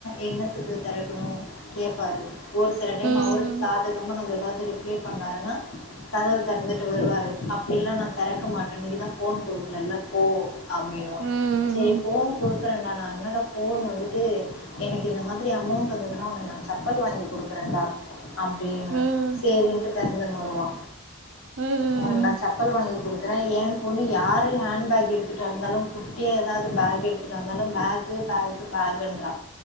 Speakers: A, on the left; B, on the right.
A: என்னத்துக்கு திறக்கணும் கேப்பாரு ஒரு சில டைம்
B: ம்,
A: அவருக்கு சாதகமா நம்ம ஏதாவது ரிப்ளை பண்ணாருன்னா கதவ திறந்துட்டு வருவாரு அப்டில்லா நா திறக்க மாட்டே நீங்க தா ஃபோன் குடுக்கலல்ல போ அப்டினுவா
B: ம், ம்,
A: சரி ஃபோன் குடுக்குறேன்டா நா என்னோட ஃபோன் வந்துட்டு எனக்கு இந்த மாதிரி அமௌண்ட் வந்ததுன்னா உனக்கு நான் சப்பல் வாங்கி குடுக்குறேன்டா அப்டின்னு
B: ம்,
A: சேரினுட்டு பெறந்தவ வருவா
B: ம்,
A: உனக் நா சப்பல் வாங்கி குடுத் ஏ பொண்ணு யாரு ஹேண் பேக் எடுத்துட்டு இருந்தாலும் குட்டியா எதாது பேக் எடுத்துட்டு வந்தாலு பேக் பேக்கு பேக்குன்றா